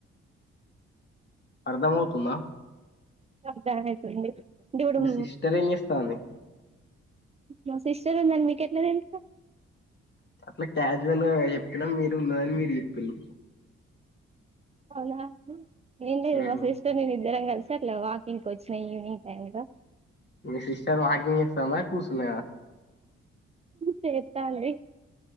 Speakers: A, on the left; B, on the right.
A: అర్ధమవుతుందా
B: అర్థం అయితుంది దూడుం
A: మీ సిస్టర్ ఏం చేస్తాంది
B: మా సిస్టర్ మరి మీకెట్ల తెల్సు
A: అట్లా క్యాజువల్ గా చెప్పినా మీరు ఉండదని మీరు చెప్పిళు
B: అవునా నెన్ లే రివర్స్
A: ఉమ్.
B: ఎష్న నేన్ ఇద్దరం కలిసి అట్లా వాకింగ్ వచ్చినాయి ఈవినింగ్ టైమ్లో
A: మీ సిస్టర్ వాకింగ్ చేస్తాంద కుర్సుంద
B: చెత్తాంది